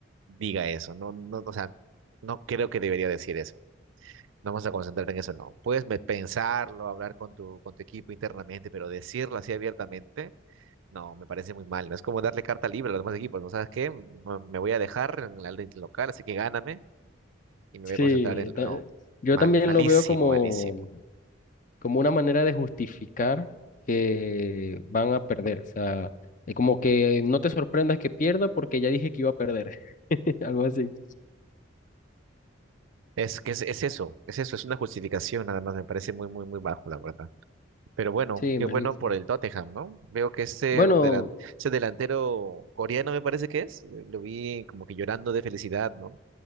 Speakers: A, on the right; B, on the left.
A: diga eso, no, no, o sea, no creo que debería decir eso. No vamos a concentrarte en eso, no. Puedes me- pensarlo, hablar con tu, con tu equipo internamente, pero decirlo así abiertamente, no, me parece muy mal. No es como darle carta libre a los demás equipos, ¿no sabes qué? Me me voy a dejar en la liga local, así que gáname y me
B: Sí,
A: voy a concentrar en...
B: ta-
A: No,
B: Yo
A: mal,
B: también
A: malísimo,
B: lo veo como,
A: malísimo.
B: como una manera de justificar que van a perder, o sea, es como que no te sorprendas que pierda porque ya dije que iba a perder, <laughs> algo así.
A: Es que es, es eso, es eso, es una justificación nada más, me parece muy, muy, muy bajo, la verdad. Pero bueno,
B: Sí,
A: qué
B: malísimo.
A: bueno por el Tottenham, ¿no? Veo que ese,
B: Bueno,
A: delan- ese delantero coreano me parece que es, eh, lo vi como que llorando de felicidad, ¿no?